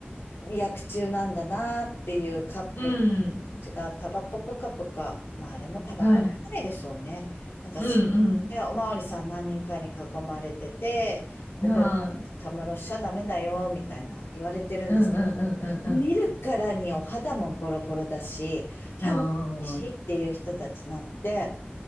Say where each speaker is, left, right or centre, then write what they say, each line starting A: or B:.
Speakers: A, on the left; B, on the left.
A: 薬中なんだなっていうカップルたちがタバコぷかぷか、
B: うん。うん。
A: まああれもタバコじゃないでしょうね。
B: はい。
A: なんかす、
B: うん
A: ねおまわりさん何人かに囲まれてて、ここでたむろしちゃダメだよ、
B: うん。はい。
A: みたいな言われてるんです。
B: うんうんうんうん
A: 見るからにお肌もボロボロだし、歯もおかしいっていう人たちなので、
B: うん。ああ。